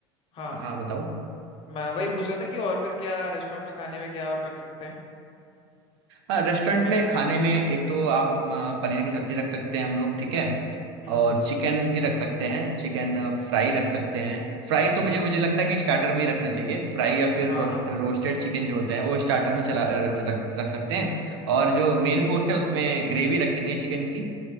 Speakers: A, on the left; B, on the right.
A: हाँ
B: हाँ बताओ
A: मैं वही पूछ रहा था कि और फिर क्या रेस्टोरेंट में खाने में क्या और रख सकते हैं
B: हाँ रेस्टोरेंट
A: मे-
B: में खाने में एक तो आप आ, पनीर की सब्जी रख सकते हैं हम लोग ठीक है
A: हम्म
B: और चिकन भी रख सकते हैं चिकन फ्राई रख सकते हैं फ्राई तो मुझे मुझे लगता है कि स्टार्टर में ही रखना चाहिए फ्राई या फिर
A: हाँ
B: रोस्ट,
A: हाँ
B: रोस्टेड चिकन जो होते हैं वो स्टार्टर में चला रख, रख रख सकते हैं और जो मेन कोर्स है उसमें ग्रेवी रखेंगे चिकन की